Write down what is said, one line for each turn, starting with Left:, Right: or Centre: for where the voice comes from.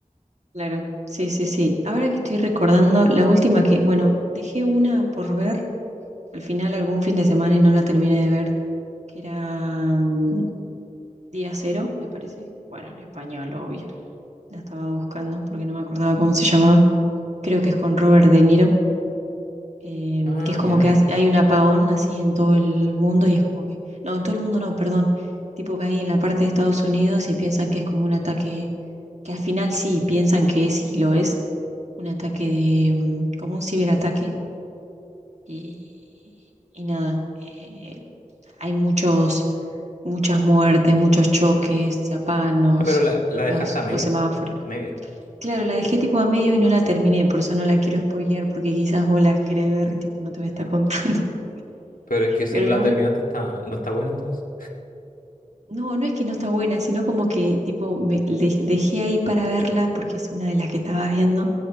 Right: claro. Sí, sí, sí. Ahora que estoy recordando, la última que, bueno, dejé una por ver al final algún fin de semana y no la terminé de ver, que era mm, Día Cero, me parece. Bueno, en español, obvio. La estaba buscando porque no me acordaba cómo se llamaba. creo que es con Robert De Niro, em,
Left: Ah,
Right: que es
Left: ya.
Right: como que hace- hay un apagón así en todo el mundo y es como que, no, en todo el mundo no, perdón, tipo que hay en la parte de Estados Unidos y piensan que es como un ataque, que al final sí, piensan que es y lo es, un ataque de, mm, como un ciberataque y, y nada, eh, hay muchos, muchas muertes, muchos choques, se apagan los,
Left: Ah, pero la, la
Right: los,
Left: dejaste a medio,
Right: los semáforos.
Left: a media.
Right: Claro, la dejé tipo a medio y no la terminé, por eso no la quiero spoilear, porque quizás vos la querés ver y tipo no te voy a estar contando. <laughs>
Left: Pero es que si
Right: Pero
Left: no
Right: la
Left: la
Right: web,
Left: terminaste está, no está buena entonces.
Right: no, no es que no está buena, sino como que tipo me de- dejé ahí para verla porque es una de las que estaba viendo,